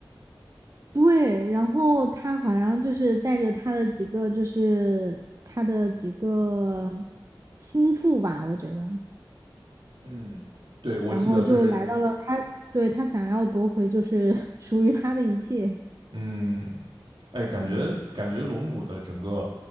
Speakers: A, on the right; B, on the right.
A: 对，然后他好像就是带着他的几个，就是他的几个心腹吧，我觉得，
B: 嗯，对，我记得就是。
A: 然后就来到了他，对，他想要夺回就是 <laughs> 属于他的一切。
B: 嗯，哎，感觉感觉龙母的整个，
A: 嗯